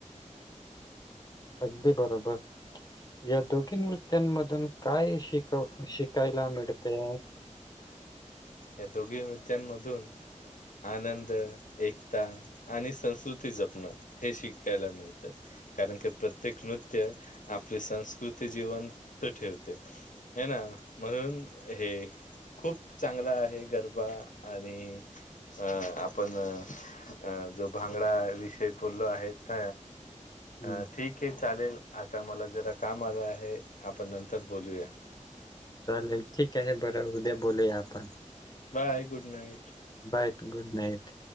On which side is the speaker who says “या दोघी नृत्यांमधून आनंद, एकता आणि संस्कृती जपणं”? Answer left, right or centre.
Left